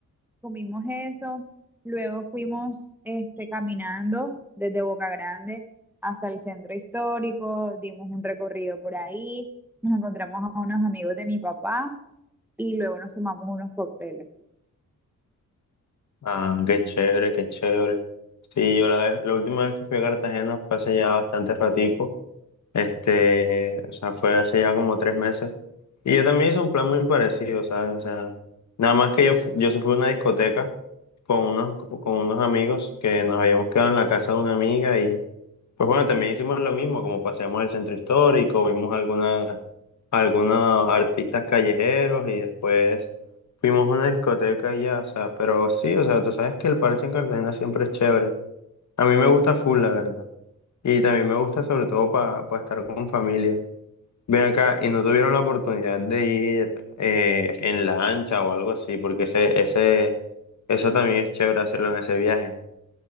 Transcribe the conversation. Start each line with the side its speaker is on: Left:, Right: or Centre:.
Centre: comimos eso, luego fuimos este, caminando desde Boca Grande hasta el centro histórico, dimos un recorrido por ahí, nos encontramos a unos amigos de mi papá y luego nos tomamos unos cócteles.
Left: Ah, qué chévere, qué chévere. Sí, yo la, vez- la última vez que fui a Cartagena fue hace ya bastante ratico, este, o sea, fue hace ya como tres meses. Y yo también hice un plan muy parecido, ¿sabes? O sea, nada más que yo, fu- yo sí fui a una discoteca con unos, con unos amigos que nos habíamos quedado en la casa de una amiga Pues bueno, también hicimos lo mismo, como paseamos el centro histórico, vimos algunas, algunos artistas callejeros y después fuimos a una discoteca allá, o sea, pero sí, o sea, tú sabes que el parche en Cartagena siempre es chévere. A mí me gusta full, la verdad. Y también me gusta sobre todo para estar con familia. Ven acá y no tuvieron la oportunidad de ir eh, en lancha o algo así, porque ese, ese, eso también es chévere hacerlo en ese viaje.